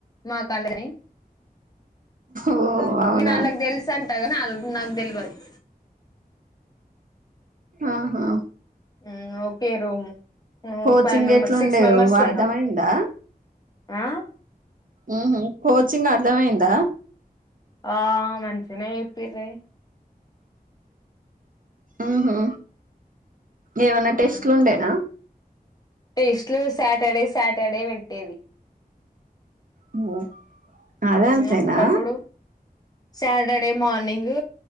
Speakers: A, on the left; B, on the right.
A: మా కాల్గని
B: ఓ అవునా
A: నేనాళ్లకు తెల్సంటగని ఆల్లు నాక్తేల్వద్
B: అ హా
A: హ్మ్ ఓకే రూమ్ హ్మ్
B: కోచింగ్
A: ఫైవ్ మెంబర్
B: ఎట్లుండే
A: సిక్స్, మెంబర్స్
B: అర్థమైందా
A: ఉన్నాం. అ
B: ఉహు కోచింగ్ అర్ధమయింద.
A: ఆ మంచినే చెప్పిర్రే
B: ఆహా ఏవన్నా
A: ఉమ్
B: టెస్ట్లు ఉండేన
A: టెస్ట్లు సాటర్డే సాటర్డే పెట్టేది.
B: హ్మ్ అదంతేనా
A: అప్పుడప్పుడు సాటర్డే మార్నింగు